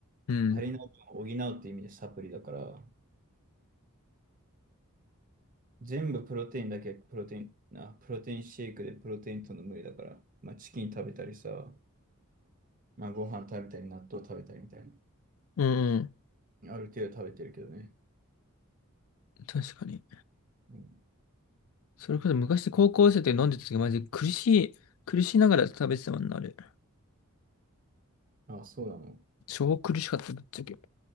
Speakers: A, on the left; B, on the right.
A: うん。
B: 足りない分を補うっていう意味でサプリだから、全部プロテインだけプロテイン、あ、プロテインシェイクでプロテインとの無理だから、まあチキン食べたりさ、まあご飯食べたり納豆食べたりみたいな。
A: うんうん。
B: ある程度食べてるけどね。
A: 確かに。
B: うん。
A: それこそ昔高校生で飲んでた時マジで苦しい、苦しながら食べてたもんな、あれ。
B: あ、そうなの。
A: 超苦しかった、ぶっちゃけ。